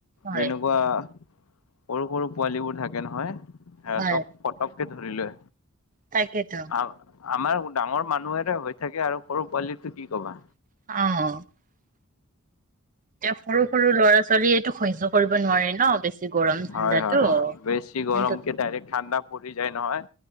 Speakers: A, on the right; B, on the left.
A: হয়,
B: যেনেকুৱা সৰু সৰু পোৱালিবোৰ থাকে নহয় সিহঁতক
A: হয়,
B: পটককে ধৰি লয়
A: তাকেতো
B: আ আমাৰ ডাঙৰ মানুহৰে হৈ থাকে আৰু সৰু পোৱালিটো কি কবা
A: অ এতিয়া সৰু সৰু ল'ৰা ছোৱালীয়েটো সহ্য। কৰিব নোৱাৰে ন বেছি। গৰম ঠাণ্ডাটো
B: হয় হয় হয় বেছি
A: কিন্তু
B: গৰম কে ডাইৰেক্ট ঠাণ্ডা পৰি যায় নহয়।